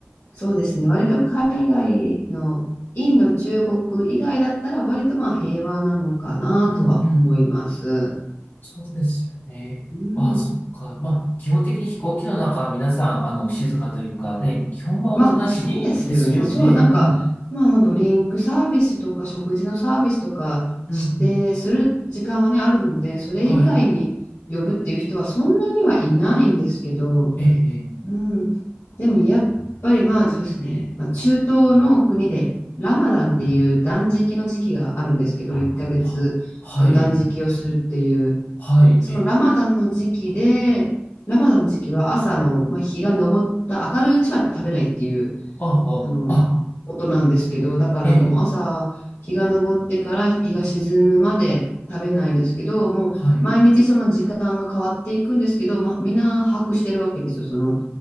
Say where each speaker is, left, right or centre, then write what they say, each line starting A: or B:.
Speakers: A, on the left; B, on the left.
A: そうですね。割と海外のインド、中国以外だったら割とまあ平和なのかなとは思います。
B: うん、うん、うんそうですよね。
A: うん。
B: ああ、そっか。まあ、基本的に飛行機の中は皆さん、あの、静かというかね、基本はおとなしいですよね。
A: まあそうですよね。そう、なんか、
B: うん、
A: まああのドリンクサービスとか食事のサービスとか
B: うん、うん。
A: 指定する時間はね、あるので、それ以外に呼ぶっていう人はそんなにはいないんですけど、
B: はい。ええ、ええ
A: うん。でもやっぱりまあそうですね、まあ、中東の国でラマダンっていう断食の時期があるんですけど、1ヶ月の断食をするっていう、
B: ははい、はい、
A: そのラマダンの時期で、
B: ええ、
A: ラマダンの時期は朝の、まあ、日が昇った明るいうちは食べないっていう
B: ああ、
A: あの、
B: あ、
A: ことなんですけど、だからもう朝、
B: ええ、
A: 日が昇ってから日が沈むまで食べないんですけど、もう毎日その時間が変わっていくんですけど、
B: はい、
A: まあ、みんな把握してるわけですよ。その